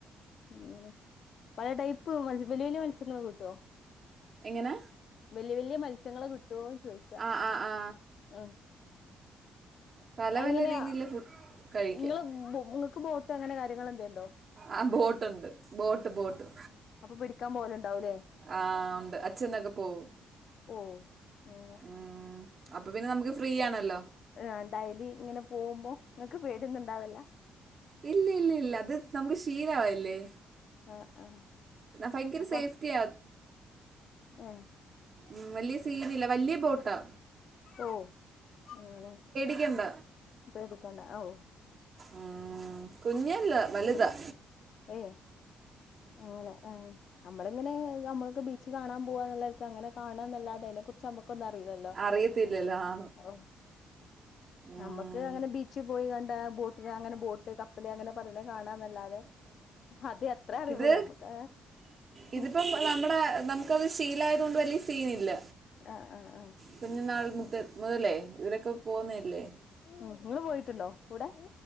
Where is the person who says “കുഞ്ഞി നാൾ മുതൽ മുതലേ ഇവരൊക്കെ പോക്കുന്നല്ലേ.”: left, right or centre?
Right